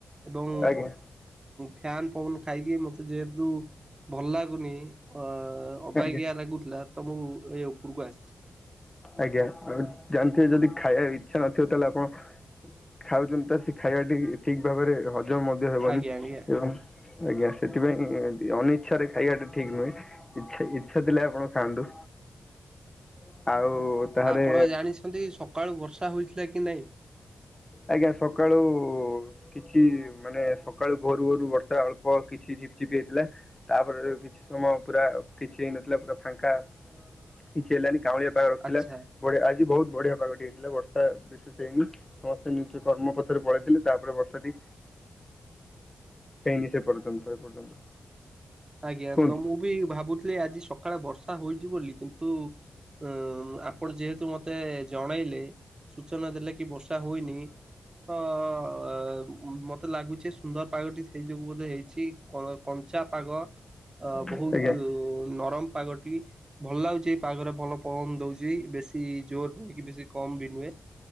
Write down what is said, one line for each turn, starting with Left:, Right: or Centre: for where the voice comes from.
Right: ଏବଂ
Left: ଆଜ୍ଞା
Right: ଫ୍ୟାନ ପବନ ଖାଇକି ମତେ ଯେହେତୁ ଭଲ ଲାଗୁନି ଅ ଅବାଗିଆ
Left: ଆଜ୍ଞା
Right: ଲାଗୁଥିଲା ତ ମୁଁ ଏ ଉପରକୁ ଆସିଛି
Left: ଆଜ୍ଞା ଆ ଜାଣିଥିବେ ଯଦି ଖାଇବାକୁ ଇଚ୍ଛା ନଥିବ ତାହେଲେ ଆପଣ ଖାଉଛନ୍ତି ତ ସେ ଖାଇବା ଟି ଠିକ ଭାବରେ ହଜମ ମଧ୍ୟ ହେବନି
Right: ଆଜ୍ଞା ଆଜ୍ଞା।
Left: ଏବଂ ଆଜ୍ଞା ସେଥିପାଇଁ ଅନିଇଚ୍ଛାରେ ଖାଇବା ଟା ଠିକ ନୁହେଁ ଇଛା ଇଛା ଥିଲେ ଆପଣ ଖାଆନ୍ତୁ। ଆଉ ତାହେଲେ
Right: ଆପଣ ଜାଣିଛନ୍ତି ସକାଳୁ ବର୍ଷା ହୋଇଥିଲା କି ନାହିଁ?
Left: ଆଜ୍ଞା ସକାଳୁ କିଛି ମାନେ ସକାଳୁ ଭୋରୁ ଭୋରୁ ବର୍ଷା ଅଳ୍ପ କିଛି ଝିପ ଝିପ ହେଇଥିଲା ତାପରେ କିଛି ସମୟ ପୁରା କିଛି ହେଇନଥିଲା ପୁରା ଫାଙ୍କା କିଛି ହେଲାନି କାଉଁଳିଆ ପାାଗ ରଖିଥିଲା
Right: ଆଚ୍ଛା
Left: ବଢିଆ ଆଜି ବହୁତ ବଢିଆ ପାଗଟି ହେଇଥିଲା ବର୍ଷା ବିଶେଷ୍ ହେଇନି। ସମସ୍ତେ ନିଜ କର୍ମ ପଥରେ ପଳେଇଥିଲେ ତାପରେ ବର୍ଷାଟି ହେଇନି ସେ ପର୍ଯ୍ୟନ୍ତ ଏ ପର୍ଯ୍ୟନ୍ତ।
Right: ଆଜ୍ଞା।
Left: କୁହନ୍ତୁ
Right: ତ ମୁଁ ବି ଭାବୁଥିଲି ଆଜି ସକାଳେ ବର୍ଷା ହୋଇଚି ବୋଲି। କିନ୍ତୁ ତୁ ଅଁ ଆପ୍। ଆପଣ ଯେହେତୁ ମତେ ଜଣେଇଲେ ସୂଚନା ଦେଲେ କି ବର୍ଷା ହୋଇନି ତ ଅ ମୋତେ ଲାଗୁଚି ସୁନ୍ଦର ପାଗଟି ସେଇ ଯୋଗୁଁ ବୋଧେ ହେଇଚି କ କଞ୍ଚା ପାଗ। ଅ
Left: ଆଜ୍ଞା
Right: ବହୁତୁ ନରମ ପାଗଟି ଭଲ ଲାଗୁଚି ଏ ପାଗରେ ଭଲ ପବନ ଦଉଚି ବେଶ୍ ଶି ଜୋର୍ ଠୁ ନୁଁଅ କି ବେଶୀ କମ୍ ବି ନୁହେଁ